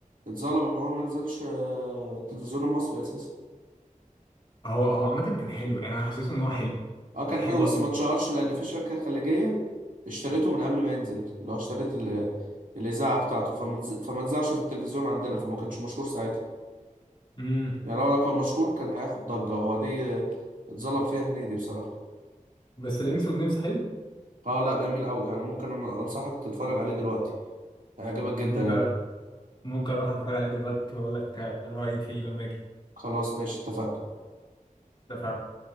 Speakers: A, on the right; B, on the left.
A: اتظلم ان هو ما نزلش آه، التلفزيون المصري اساسا
B: هو هو عامه كان حلو يعني انا حسيت ان هو حلو
A: اه كان
B: كان حلو
A: حلو بس
B: قوي
A: ما اتشهرش لان في شركة خليجية اشتريته من قبل ما ينزل اللي هو اشترت ال- الإذاعة بتاعته فما اتز- فما اتذاعش في التلفزيون عندنا فما كانش مشهور ساعتها
B: امم
A: يعني لو لو كان مشهور كان هياخد ضجة هو دي آه، اتظلم فيها هنيدي بصراحة
B: بس الانس والنمس حلو
A: اه لا جميل قوي يعني ممكن أنا انصحك تتفرج عليه دلوقتي هيعجبك جدا
B: ممكن
A: يعني
B: ممكن اروح اتفرج عليه دلوقتي واقول لك آه، رايي فيه لما اجي
A: خلاص ماشي اتفقنا
B: اتفقنا